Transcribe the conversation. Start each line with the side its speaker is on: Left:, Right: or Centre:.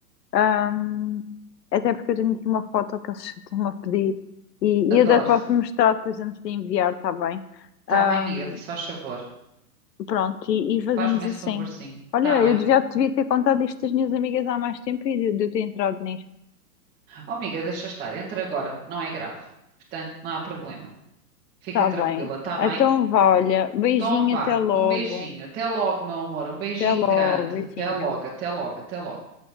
Left: Ahm, até porque eu tenho aqui uma foto que eles estão a pedir e,
Right: adoro.
Left: e eu até te posso mostrar depois antes de enviar, está bem?
Right: Tá
Left: Ahm,
Right: bem, amiga, se faz favor.
Left: pronto, e, e fazemos
Right: Faz-me
Left: assim.
Right: esse favorzinho.
Left: Olha,
Right: Tá bem.
Left: eu já te devia ter contado isto às minhas amigas há mais tempo e de, de eu ter entrado nisto.
Right: Oh, amiga, deixa estar, entra agora, não é grave. Portanto, não há problema. Fica
Left: Está
Right: tranquila,
Left: bem.
Right: tá bem?
Left: Então vá, olha, beijinho,
Right: Então vá,
Left: até logo.
Right: um beijinho. Até logo, meu amor. Um beijinho
Left: Até logo,
Right: grande.
Left: beijinho.
Right: Até logo, até logo, até logo.